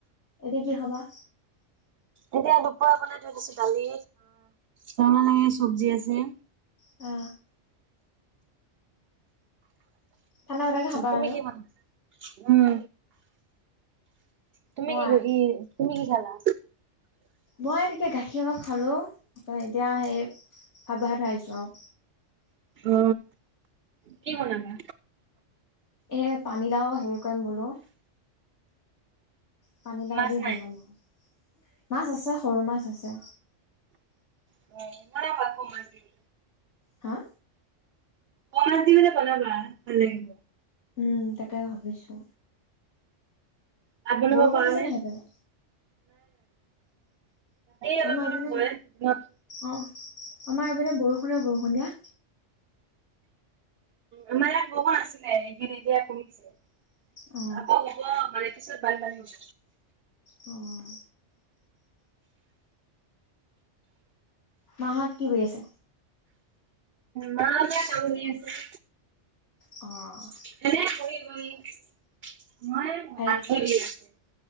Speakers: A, on the left; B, on the right.
A: এতিয়া কি খাবা?
B: এতিয়া দুপা বনাই থৈ দিছো দালি তোমাৰ তই চব্জি আছে।
A: আ। ঠাণ্ডা পেলাকে খাবা
B: তুমি
A: আৰু।
B: কিমান, উম। তুমি
A: মই
B: কি কৈ ই তুমি কি খালা?
A: মই তেতিয়া গাখীৰ অলপ খালো ত এতিয়া সেই ভাত বহাই থৈ আহিছো আও।
B: অ, কি বনাবা?
A: এ পানীলাও সেই কৰিম বোলো। পানীলাও
B: মাছ
A: দি বনাম
B: নাই
A: আও মাছ আছে সৰু মাছ আছে।
B: <unintelligible> <unintelligible>
A: হা?
B: ক মাছ দি কিনে বনাবা ভাল লাগিব।
A: উম তাকে ভাবিছো।
B: <unintelligible> নাই নাই।
A: বৰষুণ
B: ৰাতিয়ে
A: দিছে নি সেইপিনে?
B: অলপ
A: আমাৰ এইপিনে
B: অলপ ভয় দিনত
A: অ আমাৰ এইপিনে বৰষুণে বৰষুণ দিয়া।
B: আমাৰ ইয়াত বৌষণ আছিলে এইকেদিত এতিয়া কমিছে।
A: অ
B: আকৌ হ'ব মানে পিছত বানপানী হ'ব।
A: অঁ মাহত কি কৰি আছে?
B: মা হঁতে কাম কৰি আছে
A: অঁ।
B: <inaudible>
A: ভাইট